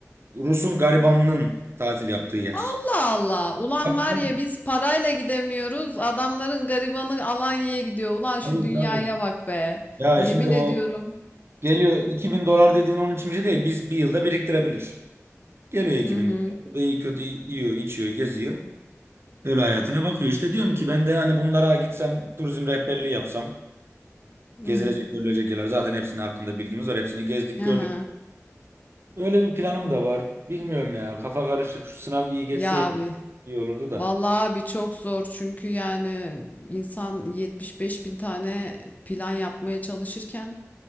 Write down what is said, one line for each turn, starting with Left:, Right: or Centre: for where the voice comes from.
Right: Rus'un garibanının tatil yaptığı yer.
Left: Allah Allah. Ulan
Right: Tabii
Left: var ya biz parayla gidemiyoruz. Adamların garibanı Alanya'ya gidiyor. Ulan şu
Right: tabii.
Left: dünyaya
Right: tabii.
Left: bak be.
Right: Ya
Left: Yemin
Right: şimdi o
Left: ediyorum.
Right: geliyor 2000 dolar dediğin onun için bir şey değil. Biz bir yılda biriktirebilir. Geliyor 2000
Left: Hı hı.
Right: dolar. Burada iyi kötü yiyor, içiyor, geziyor. Öyle hayatına bakıyor. İşte diyorum ki ben de hani bunlara gitsem turizm rehberliği yapsam.
Left: Hı
Right: Gezilecek,
Left: hı.
Right: görülecek yerler zaten hepsinin hakkında bilgimiz var. Hepsini gezdik, gördük.
Left: Aha.
Right: Öyle bir planım da var. Bilmiyorum ya. Kafa karışık. Şu sınav iyi geçseydi
Left: Ya abi
Right: iyi olurdu da.
Left: Vallahi abi çok zor çünkü yani insan 75 bin tane plan yapmaya çalışırken